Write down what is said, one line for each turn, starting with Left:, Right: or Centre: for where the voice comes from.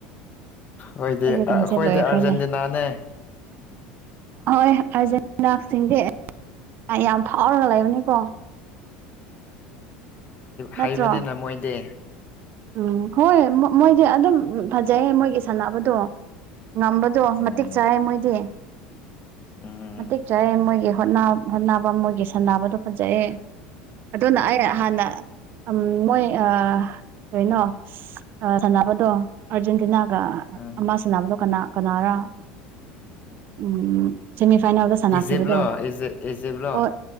Left: ꯑꯩꯣꯏꯗꯤ
Right: ꯑꯩꯒꯤ ꯇꯤꯝꯁꯦ
Left: ꯑꯩꯈꯣꯏꯗꯤ
Right: ꯂꯣꯏꯈ꯭ꯔꯦꯅꯦ
Left: ꯑꯥꯔꯖꯦꯟꯇꯤꯅꯥꯅꯦ
Right: <inaudible> ꯍꯣꯏ ꯑꯥꯔꯖꯦꯟꯇꯤꯅꯥꯁꯤꯡꯗꯤ ꯌꯥꯝ ꯐꯥꯎꯔꯒ ꯂꯩꯕꯅꯤꯀꯣ ꯅꯠꯇ꯭ꯔꯣ
Left: ꯍꯩꯕꯅꯦ ꯅꯝꯃꯣꯏꯗꯦ
Right: ꯎꯝ ꯍꯣꯏ ꯃꯣꯏꯗꯤ ꯑꯗꯨꯝ ꯐꯖꯩ ꯃꯣꯏꯒꯤ ꯁꯥꯟꯅꯕꯗꯣ ꯉꯝꯕꯗꯣ
Left: ꯎꯝ
Right: ꯃꯇꯦꯛ ꯆꯥꯏ ꯃꯣꯏꯗꯤ
Left: ꯎꯝ
Right: ꯃꯇꯤꯛ ꯆꯥꯏ ꯃꯣꯏꯒꯤ ꯍꯣꯠꯅꯕ ꯅꯥꯕ ꯃꯣꯏꯒꯤ ꯁꯟꯅ ꯅꯥꯕꯗꯣ ꯐꯖꯩꯌꯦ ꯑꯗꯨꯅ
Left: ꯎꯝ
Right: ꯑꯩ ꯍꯥꯟꯅ ꯃꯣꯏ ꯀꯣꯏꯅꯣ ꯁꯥꯟꯅꯕꯗꯣ ꯑꯔꯖꯦꯟꯇꯤꯅꯥ
Left: ꯎꯝ
Right: ꯑꯃ ꯁꯅꯕꯗꯣ ꯀꯅꯥꯔ ꯎ ꯁꯦꯃꯤꯐꯥꯏꯅꯦꯜꯗ ꯁꯥꯟꯅꯈꯤꯕꯗꯣ
Left: ꯏꯖꯤꯞꯂꯣ ꯏ ꯏꯖꯤꯞꯂꯣ
Right: ꯍꯣꯏ